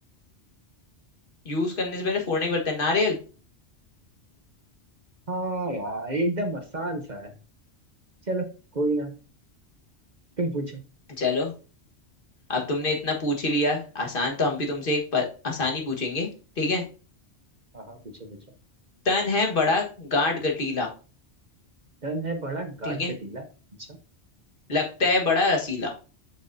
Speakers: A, on the left; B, on the right.
A: यूज करने से पहले फोड़ना ही पड़ता है नारियल
B: हाँ यार एकदम आसान सा है चलो कोई ना तुम पूछो
A: चलो अब तुमने इतना पूछ ही लिया आसान तो हम भी तुमसे एक प- आसान ही पूछेंगे ठीक है
B: हाँ हाँ पूछो पूछो
A: तन है बड़ा गाढ़ गठीला
B: तन है बड़ा गाढ़
A: ठीक है
B: कटीला अच्छा
A: लगता है बड़ा रसीला